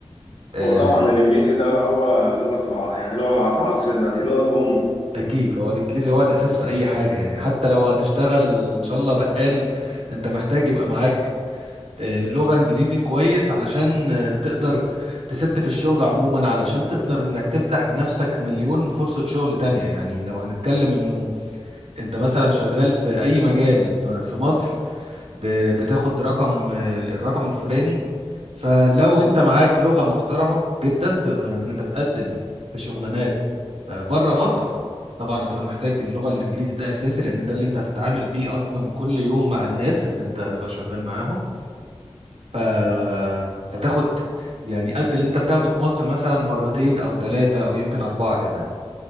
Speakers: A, on the right; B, on the left.
A: آه،
B: هو طبعا الانجليزي ده هو لغة الع... يعني لغة العصر دلوقتي اللغة الأم
A: اكيد هو الانجليزي هو الاساس في اي حاجه يعني حتى لو هتشتغل ان شاء الله بقال انت محتاج يبقى معاك آه، لغه انجليزي كويس علشان آه، تقدر تسد في الشغل عموما علشان تقدر انك تفتح لنفسك مليون فرصه شغل تانية يعني لو هنتكلم انه انت مثلا شغال في اي مجال ف- في مصر ب- بتاخد رقم آه، الرقم الفلاني فلو انت معاك لغة محترمة جدا تقدر ان انت تقدم في شغلانات آه، بره مصر طبعا هتبقى محتاج اللغة الانجليزي ده اساسي لان ده اللي انت هتتعامل بيه اصلا كل يوم مع الناس اللي انت هتبقى شغال معاهم فهتاخد يعني قد اللي انت بتاخده في مصر مثلا مرتين او ثلاثة او يمكن اربعة كمان